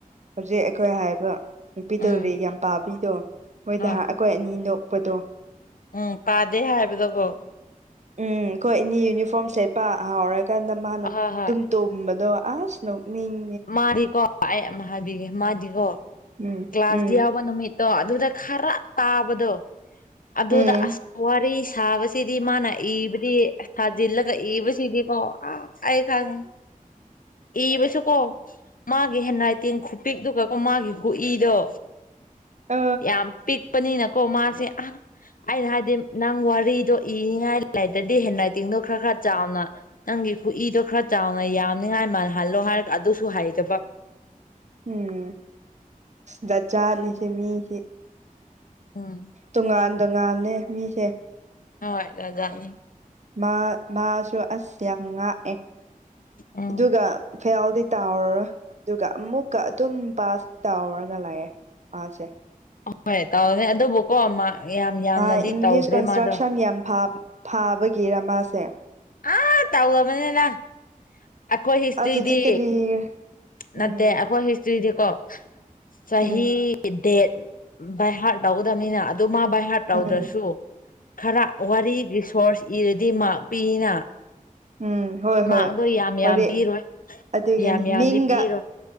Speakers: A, on the right; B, on the left.
A: ꯍꯧꯖꯤꯛ ꯑꯩꯈꯣꯏ ꯍꯥꯏꯕ ꯅꯨꯄꯤ ꯇꯧꯔꯤ
B: ꯎꯝ
A: ꯌꯥꯝ ꯄꯥꯕꯤꯗꯣ ꯃꯣꯏꯗ
B: ꯍꯣꯏ
A: ꯑꯩꯈꯣꯏ ꯑꯅꯤ ꯅꯣꯛꯄꯗꯣ
B: ꯎꯝ ꯄꯥꯗꯦ ꯍꯥꯏꯕꯗꯀꯣ
A: ꯎꯝ ꯑꯩꯈꯣꯏꯅꯤ ꯌꯨꯅꯤꯐꯣꯔꯝ ꯁꯦꯠꯄ ꯍꯥꯎꯔꯀꯥꯟꯗ ꯃꯥꯅ
B: ꯑꯍꯣꯏ
A: ꯑꯗꯨꯝ
B: ꯍꯣꯏ
A: ꯇꯨꯝꯕꯗꯣ ꯑꯁ ꯅꯣꯛꯅꯤꯡ
B: ꯃꯥꯗꯤꯀꯣ ꯑꯩ ꯑꯃ ꯍꯥꯏꯕꯤꯒꯦ ꯃꯥꯗꯤꯀꯣ
A: ꯎꯝ
B: ꯀ꯭ꯂꯥꯁ
A: ꯎꯝ
B: ꯌꯥꯎꯕ ꯅꯨꯃꯤꯠ ꯑꯣ ꯑꯗꯨꯗ ꯈꯔ ꯇꯥꯕꯗꯣ ꯑꯗꯨꯗ
A: ꯎꯝ
B: ꯑꯁ ꯋꯥꯔꯤ ꯁꯥꯕꯁꯤꯗꯤ ꯃꯥꯅ ꯏꯕꯗꯤ ꯁꯥꯖꯤꯜꯂꯒ ꯏꯕꯁꯤꯗꯤꯀꯣ ꯑ ꯑꯩ ꯈꯪꯉꯦ ꯏꯕꯁꯨ ꯀꯣ ꯃꯥꯒꯤ ꯍꯦꯟꯔꯥꯏꯇꯦꯡ ꯈꯨꯄꯤꯛꯛꯇꯨꯒ ꯀꯦ ꯃꯥꯒꯤ ꯈꯨꯏꯗꯣ
A: ꯑ
B: ꯌꯥꯝ ꯄꯤꯛꯄꯅꯤꯅꯀꯣ ꯃꯥꯁꯦ ꯑꯩꯅ ꯍꯥꯏꯗꯤ ꯅꯪ ꯋꯥꯔꯤꯗꯣ ꯏꯅꯤꯡꯉꯥꯏ ꯂꯩꯥꯏꯇꯔꯥꯗꯤ ꯍꯦꯟ ꯔꯥꯏꯇꯤꯡꯗꯣ ꯈꯔ ꯈꯔ ꯆꯥꯎꯅ ꯅꯪꯒꯤ ꯈꯨꯏꯗꯣ ꯈꯔ ꯆꯥꯎꯅ ꯌꯥꯝꯅꯤꯉꯥꯏ ꯃꯥꯜꯍꯜꯂꯣ ꯍꯥꯏꯔꯒ ꯑꯗꯨꯁꯨ ꯍꯩꯗꯕ
A: ꯎꯝ ꯗꯖꯥꯅꯤꯁꯦ ꯃꯤꯁꯤ
B: ꯎꯝ
A: ꯇꯣꯉꯥꯟ ꯇꯣꯉꯥꯟꯂꯦ ꯃꯤꯁꯦ
B: ꯍꯣꯏ ꯖꯥꯖꯥꯠꯅꯤ
A: ꯃꯥ ꯃꯥꯁꯨ ꯑꯁ ꯌꯥꯝ ꯉꯥꯛꯑꯦ
B: ꯎꯝ
A: ꯑꯗꯨꯒ ꯐꯦꯜꯗꯤ ꯇꯥꯎꯔꯔꯣꯏ ꯑꯗꯨꯒ ꯑꯃꯨꯛꯀ ꯑꯗꯨꯝ ꯄꯥꯁꯇꯤ ꯇꯥꯎꯔꯒ ꯂꯩꯌꯦ ꯑꯁꯦ
B: ꯑ ꯍꯣꯏ ꯇꯥꯎꯅꯤ ꯑꯗꯨꯕꯨꯀꯣ ꯃꯥ ꯌꯥꯝ ꯌꯥꯝꯅꯗꯤ
A: ꯃꯥ ꯏꯪꯂꯤꯁ
B: ꯇꯧꯗ꯭ꯔꯦ
A: ꯀꯟꯁꯇ꯭ꯔꯛꯁꯟ
B: ꯃꯥꯗꯣ
A: ꯌꯥꯝ ꯐꯥ ꯐꯥꯕꯒꯤꯔ ꯃꯥꯥꯁꯦ
B: ꯑꯥ ꯇꯧꯔꯕꯅꯤꯅ ꯑꯈꯣꯏ ꯍꯤꯁꯇ꯭ꯔꯤꯗꯤ
A: ꯑꯗꯨꯗꯤ ꯀꯔꯤ ꯎꯝ
B: ꯅꯠꯇꯦ ꯑꯩꯈꯣꯏ ꯍꯤꯁꯇ꯭ꯔꯤꯗꯤꯀꯣ ꯆꯍꯤ
A: ꯎꯝ
B: ꯗꯦꯠ ꯕꯥꯏ ꯍꯥꯔꯠ ꯇꯧꯒꯗꯕꯅꯤꯅ ꯑꯗꯨ ꯃꯥ ꯕꯥꯏ ꯍꯥꯔꯠ ꯇꯧꯗ꯭ꯔꯁꯨ
A: ꯎꯝ
B: ꯈꯔ ꯋꯥꯔꯤ ꯔꯤ ꯁꯣꯔꯁ ꯏꯔꯗꯤ ꯃꯥꯛ ꯄꯤꯅ
A: ꯎꯝ ꯍꯣꯏ ꯍꯣꯏ
B: ꯃꯥꯔꯛꯗꯣ ꯌꯥꯝ
A: ꯋꯥꯔꯤ
B: ꯌꯥꯝ ꯄꯤꯔꯣꯏ
A: ꯑꯗꯨꯒꯤꯅꯤ
B: ꯌꯥꯝ ꯌꯥꯝꯗꯤ
A: ꯃꯤꯡꯒ
B: ꯄꯤꯔꯣꯏ